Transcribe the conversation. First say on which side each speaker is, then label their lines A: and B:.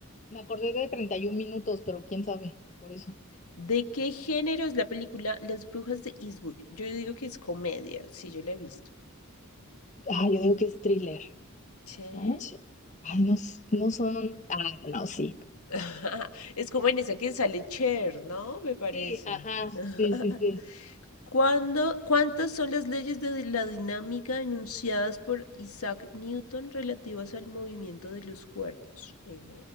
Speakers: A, on the left; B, on the left.
A: Me acordé de 31 minutos, pero quién sabe, por eso.
B: ¿De qué género es la película Las Brujas de Eastwick? Yo digo que es comedia, sí, yo la he visto.
A: Ah, yo digo que es thriller,
B: ¿Sí?
A: ¿no? Sí. Ay, no, s- no son. Ah, no, sí.
B: <laughs> Es como en esa que sale Cher, ¿no? Me parece.
A: Sí, ajá,
B: <laughs>
A: sí, sí, sí.
B: ¿Cuándo- cuántas son las leyes de la dinámica enunciadas por Isaac Newton relativas al movimiento de los cuerpos? Eh,